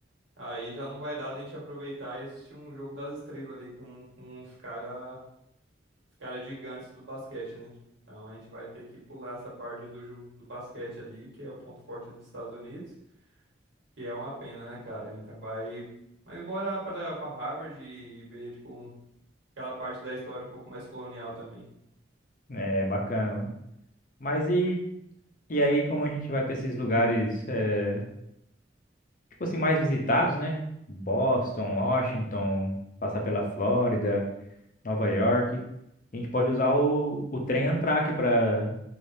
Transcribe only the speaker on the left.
é bacana, mano. Mas e, e aí, como a gente vai para esses lugares? eh, tipo assim, mais visitados, né? Boston, Washington, passar pela Flórida, Nova York. A gente pode usar o, o trem Amtrak para